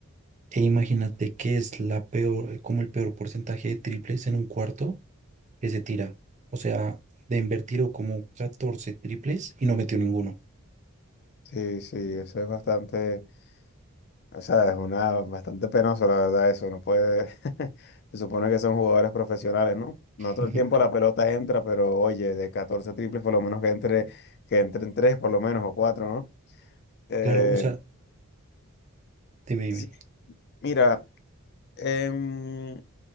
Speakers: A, on the right; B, on the left.
A: e imagínate que es la peor, como el peor porcentaje de triples en un cuarto que se tira. O sea, de tiró como 14 triples y no metió ninguno.
B: Sí, sí, eso es bastante. O sea, es una bastante penoso, la verdad, eso. No puede. <laughs> Se supone que son jugadores profesionales, ¿no? No todo
A: Ujú.
B: el tiempo la pelota entra, pero oye, de 14 triples, por lo menos que entre, que entren tres, por lo menos, o cuatro, ¿no? Eh,
A: Claro, o sea, dime,
B: sí,
A: dime.
B: mira, em,